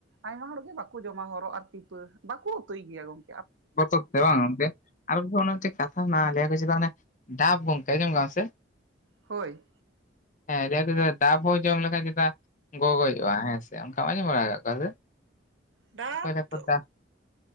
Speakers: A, on the right (about 75°); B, on the left (about 40°).
A: ᱟᱭᱢᱟ ᱦᱚᱲᱜᱮ ᱵᱟᱠᱚ ᱡᱚᱢᱟ ᱦᱚᱨᱚ ᱟᱨ ᱯᱤᱯᱟᱹ ᱵᱟᱠᱚ ᱩᱛᱩᱭ ᱜᱮᱭᱟ ᱜᱚᱝ
B: ᱵᱚᱛᱚᱨ ᱛᱮ ᱵᱟᱝ ᱜᱚᱝᱠᱮ ᱟᱨ <unintelligible> ᱠᱟᱛᱷᱟ ᱦᱮᱱᱟᱜᱼᱟ ᱞᱟᱹᱭᱟᱠᱚ ᱪᱮᱛᱟ ᱢᱟᱱᱮ ᱰᱟᱵ ᱜᱚᱝᱠᱮ ᱟᱸᱡᱚᱢ ᱠᱟᱜᱼᱟ ᱥᱮ?
A: ᱦᱳᱭ
B: ᱦᱮᱸ ᱞᱟᱹᱭᱟ ᱠᱚ ᱪᱮᱛᱟ ᱰᱟᱵ ᱦᱚᱸ ᱡᱚᱢ ᱞᱮᱠᱷᱟᱡ ᱪᱮᱛᱟ ᱜᱚᱜᱚᱡ ᱼᱟ ᱦᱮᱸ ᱥᱮ ᱚᱝᱠᱟᱢ ᱟᱸᱡᱚᱢ ᱵᱟᱲᱟ ᱠᱟᱜ ᱠᱚᱣᱟ
A: ᱰᱟᱵ
B: ᱥᱮ
A: ᱫᱚ